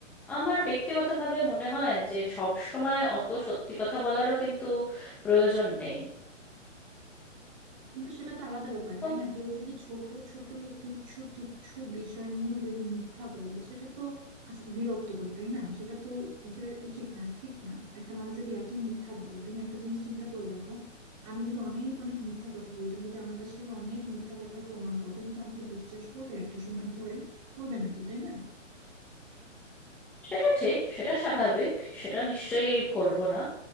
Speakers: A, in the centre; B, on the right.
A: আমার ব্যক্তিগতভাবে মনে হয় যে সব সময় অত সত্যি কথা বলারও কিন্তু প্রয়োজন নেই
B: কিন্তু সেটা তো আলাদা ব্যাপার
A: তো
B: তাই না কেউ যদি ছোট ছোট তুচ্ছ তুচ্ছ বিষয় নিয়েও যদি মিথ্যা বলে সেটা তো আস- বিরক্তকর তাই না সেটা তো আসলে উচিত না ঠিক না একটা মানুষ যদি এত মিথ্যা বলে তুমি একটা জিনিস চিন্তা করে দেখো আমি যদি অনেক অনেক মিথ্যা কথা বলি তুমি যদি আমার কাছ থেকে অনেক মিথ্যা কথার প্রমাণ পাও তুমি কি আমাকে বিশ্বাস করবে একটা সময় পরে করবে না তো তাই না
A: সেটা ঠিক সেটা স্বাভাবিক সেটা নিশ্চয়ই করব না